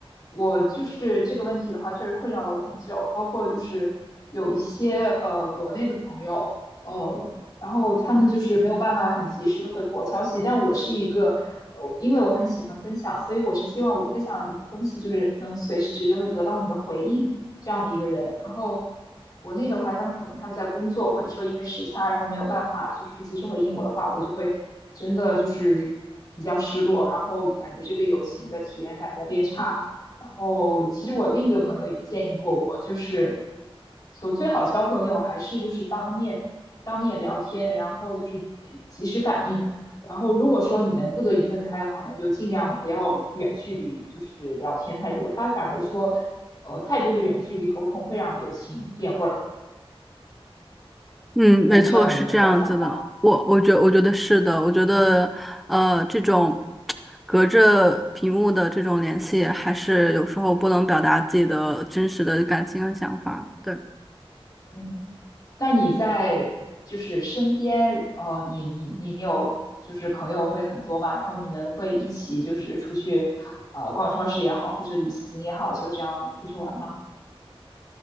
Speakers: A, on the left (about 40°); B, in the centre.
A: 我就是这个问题的话，确实困扰了我很久。包括就是有一些呃国内的朋友，呃，然后他们就是没有办法很及时的回复我消息，但我是一个，我因为我很喜欢分享，所以我是希望我分享的东西就是能随时就是得到你的回应。这样的一个人。然后国内的话，他们可能他们在工作，或者说因为时差，然后没有办法就是及时回应我的话，我就会真的就是比较失落，然后感觉这个友情的体验感在变差。然后其实我另一个朋友也建议过我，就是所最好交朋友还是就是当面当面聊天，然后就是及及时反应。然后如果说你们不得已分开的话，那就尽量不要远距离，就是聊天太多。他反而说呃，太多的远距离沟通会让友情变味儿。
B: 嗯，
A: 我不知道你有没有这样的想法？
B: 没错，是这样子的。我我觉我觉得是的，我觉得呃，
A: 嗯
B: 这种隔着屏幕的这种联系，还是有时候不能表达自己的真实的感情和想法。对，
A: 嗯，那你在就是身边，呃，你你你有就是朋友会很多嘛？然后你们会一起就是出去，呃，逛超市也好，或者旅行也好，就这样出去玩吗？